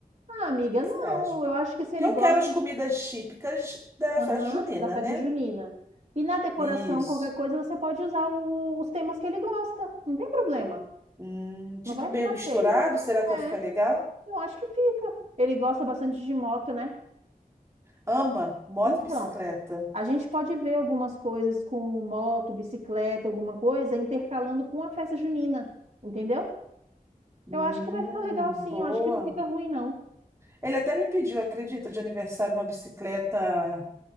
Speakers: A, on the right (about 50°); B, on the right (about 20°).
A: Ah, amiga,
B: que que
A: não,
B: você acha?
A: eu acho que se
B: Porque
A: ele
B: eu
A: gosta,
B: quero as comidas típicas da
A: aham,
B: festa junina,
A: da festa
B: né?
A: junina. E na decoração,
B: Isso.
A: qualquer coisa, você pode usar o- os temas que ele gosta. Não tem problema.
B: Hum, tipo
A: Não vai
B: meio
A: ficar
B: misturado,
A: feio.
B: será que vai ficar
A: É,
B: legal?
A: eu acho que fica. Ele gosta bastante de moto, né?
B: Ama moto
A: Então,
B: e bicicleta.
A: a gente pode ver algumas coisas com moto, bicicleta, alguma coisa, intercalando com a festa junina, entendeu?
B: Hum,
A: Eu acho que vai ficar legal, sim.
B: boa.
A: Eu acho que não fica ruim, não.
B: Ele até me pediu, acredita, de aniversário uma bicicleta